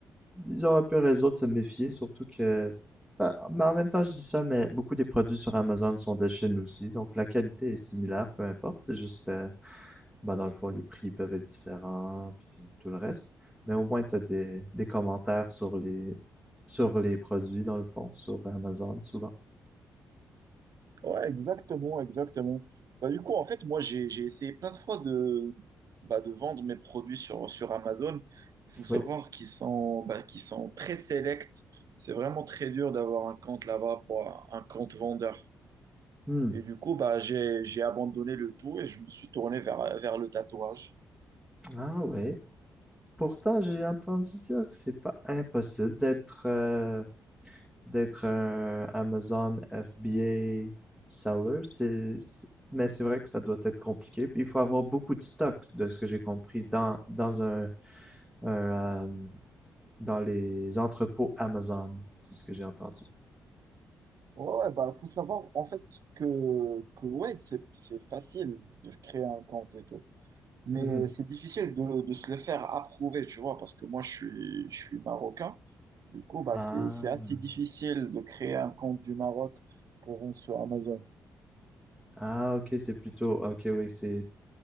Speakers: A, in the centre; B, on the right.
A: ils ont un peu raison de se méfier, surtout que bah, mais en même temps, je dis ça, mais beaucoup des produits sur Amazon sont de Chine aussi, donc la qualité est similaire, peu importe, c'est juste euh, bah dans le fond les prix peuvent être différents puis tout le reste, mais au moins t'as des des commentaires sur les sur les produits dans le fond sur Amazon souvent.
B: Ouais, exactement, exactement. Bah, du coup, en fait, moi, j'ai, j'ai essayé plein de fois de, bah, de vendre mes produits sur, sur Amazon. Il faut savoir
A: Oui.
B: qu'ils sont, bah, qu'ils sont très sélects. C'est vraiment très dur d'avoir un compte là-bas pour un, un compte vendeur.
A: Hmm.
B: Et du coup, bah, j'ai, j'ai abandonné le tout et je me suis tourné vers, vers le tatouage.
A: Ah ouais. Pourtant, j'ai entendu dire que c'est pas impossible d'être euh, d'être un Amazon FBA seller, c'est, c'est- mais c'est vrai que ça doit être compliqué. Puis il faut avoir beaucoup de stocks, de ce que j'ai compris, dans, dans un, un, euh, dans les entrepôts Amazon, c'est ce que j'ai entendu.
B: Ouais, ouais, bah, faut savoir en fait que, que ouais, c'est, c'est facile de créer un compte et tout. Mais
A: Mhm.
B: c'est difficile de, de se le faire approuver, tu vois, parce que moi, je suis, je suis marocain. Du coup, bah,
A: Ah.
B: c'est, c'est assez difficile de créer un compte du Maroc pour vendre sur Amazon.
A: Ah, ok, c'est plutôt. Ok, oui, c'est.